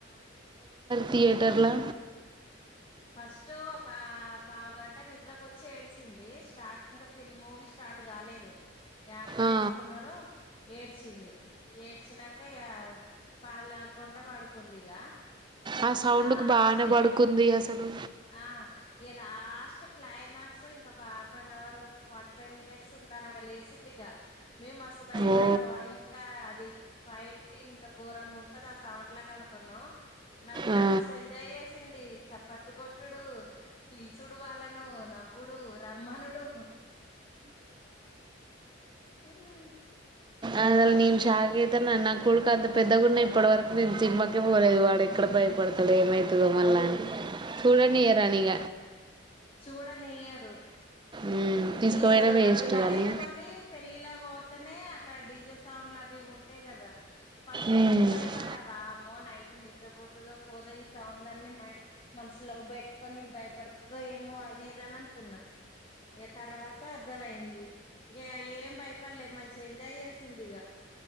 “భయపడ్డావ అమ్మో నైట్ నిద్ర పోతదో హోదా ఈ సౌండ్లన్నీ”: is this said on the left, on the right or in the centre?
Left